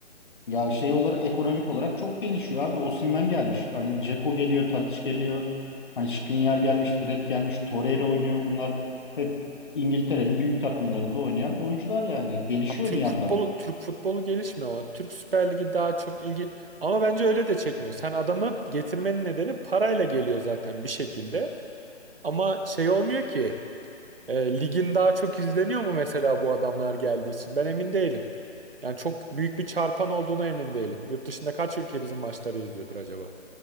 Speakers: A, on the left; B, on the right.
A: Ya şey olarak ekonomik olarak çok gelişiyor abi. Osimhen gelmiş. Hani Dzeko geliyor, Tadic geliyor. Hani Skriniar gelmiş, Fred gelmiş, Torreira oynuyor. Bunlar hep İngiltere'nin büyük takımlarında oynayan oyuncular yani. Gelişiyor
B: Tam Türk
A: bir yandan.
B: futbolu Türk futbolu gelişmiyor ama Türk Süper Ligi daha çok ilgi ama bence öyle de çekmiyor. Sen adamı getirmenin nedeni parayla geliyor zaten bir şekilde. Ama şey olmuyor ki. E, ligin daha çok izleniyor mu mesela bu adamlar geldiği için? Ben emin değilim. Yani çok büyük bir çarpan olduğuna emin değilim. Yurt dışında kaç ülke bizim maçları izliyordur acaba?